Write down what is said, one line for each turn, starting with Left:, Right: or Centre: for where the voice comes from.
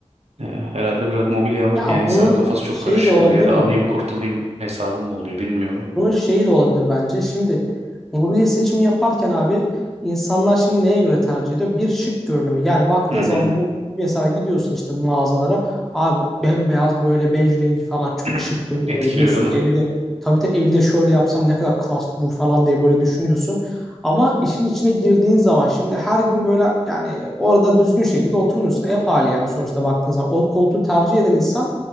Right: Ee, herhalde biraz mobilya alırken
Centre: Ya
Right: yani insanın
Centre: bunun
Right: kafası çok
Centre: şeyi
Right: karışık
Centre: de olabilir
Right: oluyor ya da
Centre: mi?
Right: alayım kurtulayım hesabı mı oluyor bilmiyorum.
Centre: Bunun şeyi de olabilir bence. Şimdi mobilya seçimi yaparken abi insanlar şimdi neye göre tercih ediyor? Bir şık görünümü. Yani baktığın
Right: Hı hı.
Centre: zaman bu mesela gidiyorsun işte mağazalara. Abi bembeyaz böyle bej rengi falan çok
Right: <clears throat>
Centre: şık duruyor.
Right: Etkiliyor
Centre: Böyle diyorsun
Right: değil mi?
Centre: ki evi de tabii de evi de şöyle yapsam ne kadar klas durur falan diye böyle düşünüyorsun. Ama işin içine girdiğin zaman şimdi her gün böyle yani orada düzgün şekilde oturmuyorsun. Ev hali yani sonuçta baktığın zaman. O koltuğu tercih eden insan